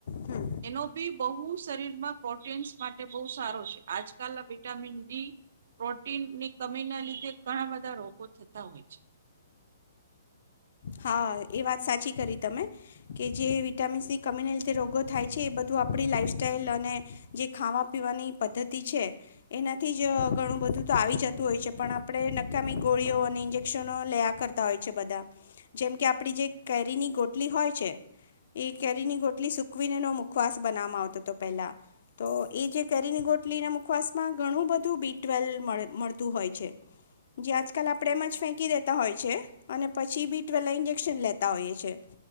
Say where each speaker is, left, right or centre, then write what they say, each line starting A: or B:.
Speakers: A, on the left; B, on the right.
A: હમ
B: એનો બી બહુ કું શરીરમાં પ્રોટીન્સ માટે બહુ સારો છે. આજકાલના વિટામિન ડી પ્રોટીનની કમીના લીધે ઘણા બધા રોગો થતા હોય છે.
A: હા. એ વાત સાચી કરી તમે કે, જે વિટામિન્સની કમીને લીધે રોગો થાય છે એ બધું આપણી લાઈફસ્ટ્ટાઈલ અને જે ખાવા પીવાની પદ્ધતિ છે, એનાથી જ ઘણું બધું તો આવી જતું હોય છે, પણ આપણે નકામી ગોળીઓ અને ઇન્જેક્શનો લેયા કરતા હોય છે બધા. જેમ કે આપણી જે કેરીની ગોટલી હોય છે, એ કેરીની ગોટલી સૂકવીને એનો મુખવાસ બનાવવામાં આવતો હતો પહેલાં. તો એ જે કેરીની ગોટલીના મુખવાસમાં ઘણું બધું બી ટ્વેલ મળ મળતું હોય છે, જે આજકાલ આપણે એમ જ ફેંકી દેતા હોય છે અને પછી બી વેલા ઇન્જેક્શન લેતા હોઈએ છીએ,